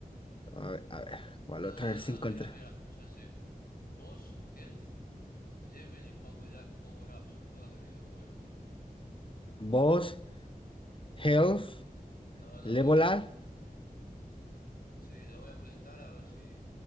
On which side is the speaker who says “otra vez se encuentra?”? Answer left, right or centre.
Left